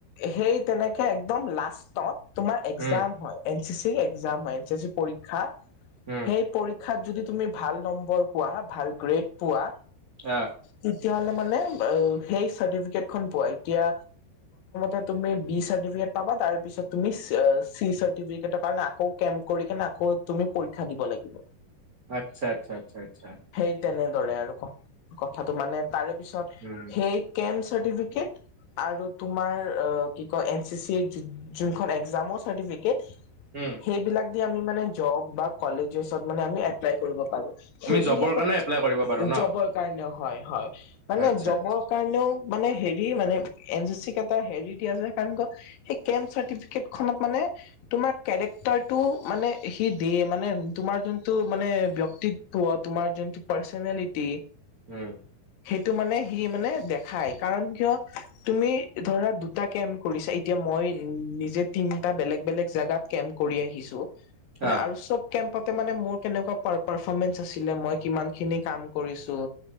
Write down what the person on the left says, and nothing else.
সেই তেনেকে একদম লাষ্টত তোমাৰ এক্সাম
হয়, এন চি চি এক্সাম হয় এন চি চি পৰীক্ষা,
সেই <unintelligible> <unintelligible> যদি ভাল নম্বৰ পোৱা, ভাল গ্ৰেড পোৱা,
তেতিয়া হ'লে মানে সেই চাৰ্টিফিকেট খন পোৱা। এতিয়া <unintelligible> তুমি বি চাৰ্টিফিকেট পাবা, তাৰপিছত তুমি চি চাৰ্টিফিকেৰ কাৰণে <unintelligible> কেম্প কৰি কিনে, আকৌ তুমি পৰীক্ষা দিব লাগিব।
সেই তেনেদৰে আৰু ক্ কথাটো মানে তাৰে পিছত,
সেই কেম্প চাৰ্টিফিকেট আৰু তোমাৰ কি কয়, এন চি চিৰ যো যোনখন এক্সামৰ চাৰ্টিফিকেট,
সেইবিলাক দি আমি মানে জব বা কলেজেছত মানে আমি এপ্লাই কৰিব পাৰোঁ। সেইবিলাকত
<unintelligible>
কাৰণেও হয়, হয়। মানে
জবৰ
কাৰণেও মানে হেৰি মানে এন চি চি <unintelligible> হেৰি দিয়ে যে, <unintelligible> সেই কেম্প চাৰ্টিফিকেট খনত মানে, তোমাৰ কেৰেক্টাৰটো মানে সি দিয়ে, মানে তোমাৰ যোনটো মানে ব্যক্তি <unintelligible> তোমাৰ যোনটো পৰ্চনেলিটি,
সেইটো মানে সি মানে দেখায়, কাৰণ কিয়, তুমি ধৰা দুটা কেম্প কৰিছা। এতিয়া মই নিজে তিনিটা বেলেগ বেলেগ জেগাত কেম্প কৰি আহিছোঁ, মানে
আৰু চ'ব কেম্পতে মানে মোৰ কেনেকুৱা পাৰ পাৰফমেঞ্চ আছিলে, মই কিমান খিনি কাম কৰিছোঁ